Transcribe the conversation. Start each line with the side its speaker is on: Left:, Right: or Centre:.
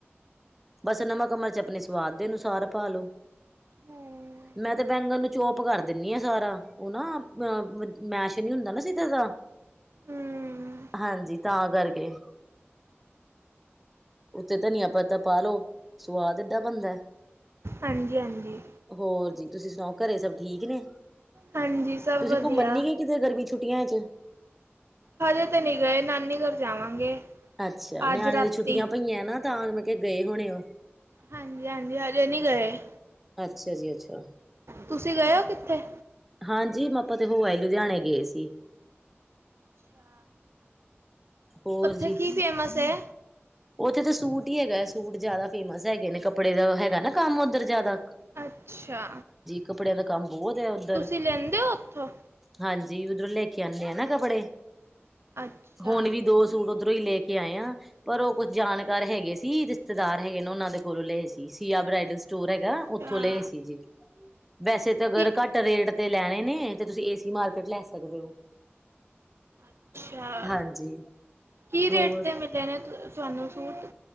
Centre: ਬਸ ਨਮਕ ਮਰਚ ਅਪਨੇ ਸਵਾਦ ਦੇ ਅਨੁਸਾਰ ਪਾ ਲੋ
Right: ਹਮ <inaudible>
Centre: ਮੈਂ ਤੇ ਬੈਂਗਣ ਨੂੰ ਚੋਪ ਕਰ ਦਿੰਨੀ ਆ ਸਾਰਾ ਉਹ ਨਾ ਅਹ ਮੈਸ਼ ਨੀ ਹੁੰਦਾ ਨਾ ਸਿਧ ਦਾ
Right: ਹੂੰ,
Centre: ਹਾਂਜੀ ਤਾਂ ਕਰਕੇ ਉੱਤੇ ਧਨੀਆ ਪਤਾ ਪਾ ਲਉ ਸਵਾਦ ਏਡਾ ਬਣਦਾ
Right: ਹਾਂਜੀ ਹਾਂਜੀ
Centre: ਹੋਰ ਜੀ ਤੁਸੀਂ ਸੁਣਾਓ ਘਰੇ ਸਭ ਠੀਕ ਨੇ
Right: ਹਾਂਜੀ ਸਭ
Centre: ਤੁਸੀ
Right: ਵਧੀਆ
Centre: ਘੁੰਮਨ ਨਹੀਂ ਗਏ ਇੱਥੇ ਗਰਮੀ ਛੁੱਟੀਆਂ ਚ
Right: ਹਜੇ ਤੇ ਨਹੀਂ ਗਏ ਨਾਨੀ ਘਰ ਜਾਵਾਂਗੇ
Centre: ਅੱਛਾ ਨਿਆਣੇ
Right: ਅੱਜ ਰਾਤੀ
Centre: ਦੀਆਂ ਛੁੱਟੀਆਂ ਪਈਆਂ ਨਾ ਤਾਂ ਮੈਂ ਕਿਆ ਗਏ ਹੋਣੇ ਓ
Right: ਹਾਂਜੀ-ਹਾਂਜੀ, ਹਜੇ ਨੀ ਗਏ।
Centre: ਅੱਛਾ ਜੀ ਅੱਛਾ।
Right: ਤੁਸੀਂ ਗਏ ਹੋ ਕਿੱਥੇ
Centre: ਹਾਂਜੀ ਆਪਾਂ ਤੇ ਹੋ ਆਏ ਲੁਧਿਆਣੇ ਗਏ ਸੀ
Right: ਅੱਛਾ <unintelligible>
Centre: ਹੋਰ
Right: ਉੱਥੇ
Centre: ਜੀ
Right: ਕੀ ਫੇਮਸ ਏ
Centre: ਉੱਥੇ ਤਾਂ ਸੂਟ ਹੀ ਹੈਗਾ ਹੈ ਸੂਟ ਜਿਆਦਾ ਫੇਮਸ ਹੈਗੇ ਨੇ ਕੱਪੜੇ ਦਾ ਹੈਗਾ ਨਾ ਕੰਮ ਉੱਧਰ ਜੇਦਾ
Right: ਅੱਛਾ
Centre: ਕੱਪੜੇ ਦਾ ਕੰਮ ਬਹੁਤ ਹੈ ਉੱਧਰ
Right: ਤੁਸੀਂ ਲੈਂਦੇ ਹੋ ਉੱਥੋਂ
Centre: ਹਾਂਜੀ ਉੱਧਰੋਂ ਲੈ ਕੇ ਆਨੇ ਆ ਨਾ ਕੱਪੜੇ
Right: ਅੱਛਾ
Centre: ਹੁਣ ਵੀ ਦੋ ਸੂਟ ਉੱਧਰੋਂ ਹੀ ਲੈ ਕੇ ਆਏ ਆਂ। ਪਰ ਉਹ ਕੁਝ ਜਾਣਕਾਰ ਹੈਗੇ ਸੀ, ਰਿਸ਼ਤੇਦਾਰ ਹੈਗੇ ਨੇ ਉਹਨਾਂ ਦੇ ਕੋਲੋਂ ਲਏ ਸੀ, ਸੀਆ ਬਰਾਇਡੇਲ ਸਟੋਰ ਹੈਗਾ
Right: ਅੱਛਾ
Centre: ਉੱਥੋਂ ਲਏ ਸੀ ਜੀ, ਵੈਸੇ ਤੇ
Right: ਕੀ
Centre: ਘੱਟ ਰੇਟ ਤੇ ਲੈਣੇ ਨੇ ਤੇ ਤੁਸੀਂ ਏਸੀ ਮਾਰਕਟ ਲੈ ਸਕਦੇ ਓ।
Right: ਅੱਛਾ,
Centre: ਹਾਂਜੀ
Right: ਕੀ ਰੇਟ
Centre: ਹੋਰ
Right: ਤੇ ਮਿਲੇ ਨੇ ਤੁਹਾਨੂੰ ਸੂਟ?